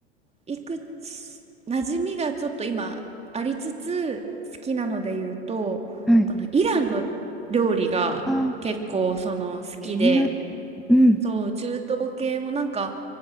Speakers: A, on the right; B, in the centre.
A: いくつ、馴染みがちょっと今ありつつ、好きなので言うと、
B: はい。
A: あの、イランの料理が結構その好きで、
B: あ、気になってる。うん。
A: そう、中東系もなんか、